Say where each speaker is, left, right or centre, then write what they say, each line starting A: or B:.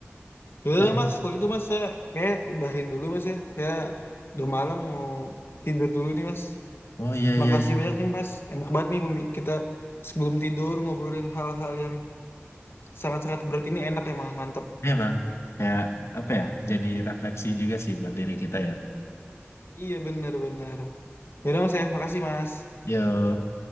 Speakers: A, on the left; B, on the left.
A: Yaudah
B: Ya.
A: lah mas kalau gitu mas saya kayak udahin dulu mas ya saya udah malam mau tidur dulu nih mas
B: Oh iya iya
A: makasih
B: iya.
A: banyak nih mas enak banget nih pembi- kita sebelum tidur ngobrolin hal-hal yang sangat-sangat berat ini enak emang mantep
B: Memang kayak apa ya? Jadi refleksi juga sih buat diri kita ya.
A: iya benar-benar. Yaudah mas ya, makasih mas.
B: Yo.